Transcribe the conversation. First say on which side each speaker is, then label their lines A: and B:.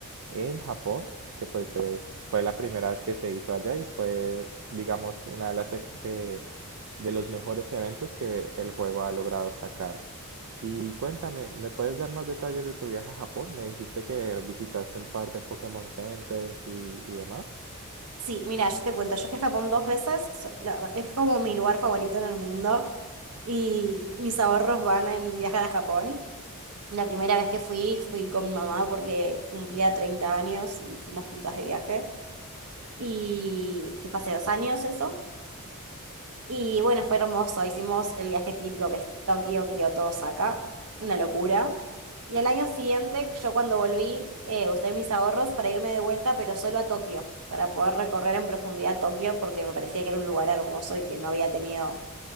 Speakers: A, on the right (about 65°); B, on the right (about 85°).
A: en Japón, que pues es- fue la primera vez que se hizo allá y fue, digamos, una de las, e- de, de los mejores eventos que el juego ha logrado sacar. Y cuéntame, ¿me puedes dar más detalles de tu viaje a Japón? Me dijiste que visitaste un par de Pokémon Centers y, y demás.
B: Sí, mira, yo te cuento, yo fui a Japón dos veces, so- la verdad, es como mi lugar favorito en el mundo y mis ahorros van en viajar a Japón. La primera vez que fui, fui con mi mamá porque cumplía 30 años y fuimos juntas de viaje. y que fue hace dos años eso. Y bueno, fue hermoso. Hicimos el viaje típico que es Tokio, Kioto, Osaka. Una locura. Y al año siguiente, yo cuando volví, eh, usé mis ahorros para irme de vuelta, pero solo a Tokio, para poder recorrer en profundidad Tokio, porque me parecía que era un lugar hermoso y que no había tenido